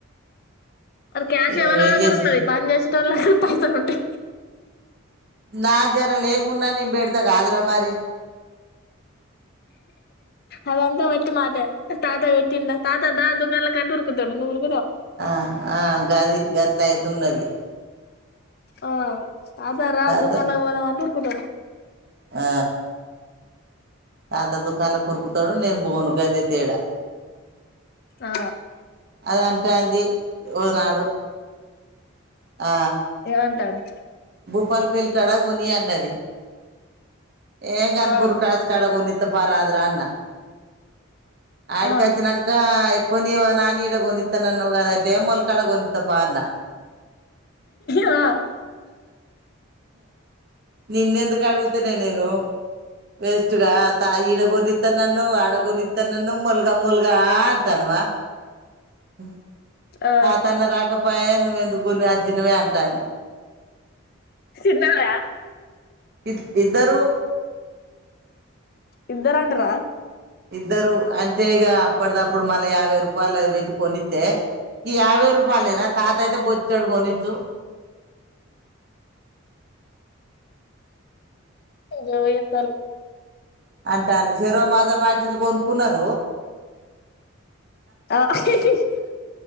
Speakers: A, on the left; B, on the right.
A: అది క్యాష్
B: నేను
A: ఎవళ్ళూ
B: ఏం
A: దగ్గర
B: చేసిన
A: ఉన్నది పంచేసి లలు పైసలు ఉంటా
B: నా దగ్గర లేకున్న నిం బేడ అంత కాదుర మరి
A: అదంతా వొత్తి మాట తాతా వట్టింట తాతా దా దగాలా కంూరుకుాడుూరు
B: ఆ ఆ గది గట్లయితున్నది.
A: ఆ అద రా
B: తాత
A: దుకాన్లకీ పోదాం అంటే కుడడు.
B: ఆ తాత దుకాన్లోకి ఉరుకుతాడు నేను బోను గదే తేడా
A: ఆ
B: అది అంటాంది. ఒకనాడు ఆ
A: ఏమంటాను
B: భూపాల్ పేల్కాడ కొనియన్నది. ఏ గ అన్పూర్
A: ఆ
B: కాస్ కడాగోని త పారదరాన్న ఆడికి
A: ఆ
B: వచ్చినంక కొనివ నా ఈడగనిత్త నన్నవ్ గదంటే ఎమల్ కాడకొనిత్తాప అన్న
A: ఆ
B: నిన్నెందుకు అడుగుతేనే నేను వేస్ట్గా త ఇడగనిస్తా నన్నవ్ ఆడగోని తన్నావ్ ముల్గా ముల్గా ఆంటన్వా ఉ
A: ఆ
B: తాతాన్న రాకపో పాయె నువ్వు ఎందుకు కొన్నియ్యవ్ అచ్చినవేయాంటాంది.
A: చిన్నాయ
B: ఇది ఇద్దరు
A: ఇద్దరండరా
B: ఇద్దరు అంటే ఇగ అప్పటిదప్పుడు మళ్ళా యాభై రూపాయలు అది పెట్టి కొనిత్తే ఈ యాభై రూపాయలయినా తాత అయితే బొచ్చడు కొనిచ్చు.
A: జోయితల్
B: అంటాండ్రి చెరో మాజా బాటిల్ కొని కున్నరు
A: ఆ <unintelligible>